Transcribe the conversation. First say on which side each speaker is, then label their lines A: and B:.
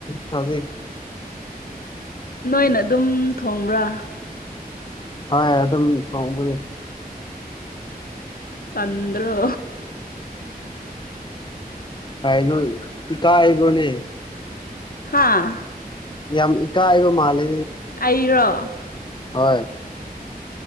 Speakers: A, on the left (about 30°); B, on the left (about 65°).
A: ꯍꯧꯖꯤꯛ
B: ꯅꯣꯏꯅ ꯑꯗꯨꯝ ꯊꯣꯡꯕ꯭ꯔꯥ
A: ꯍ ꯑꯗꯨꯝ ꯊꯣꯡꯕꯅꯦ
B: ꯄꯗ꯭ꯔꯣ
A: ꯍꯥꯏꯅ ꯀꯥ ꯍꯥꯏꯕ꯭ꯔꯣꯅꯦ
B: ꯍꯥꯥ
A: ꯌꯥꯝ ꯏ ꯀ ꯍꯥꯏꯕ ꯃꯥꯂꯦ
B: ꯑꯩꯔꯣ
A: ꯍꯣꯏ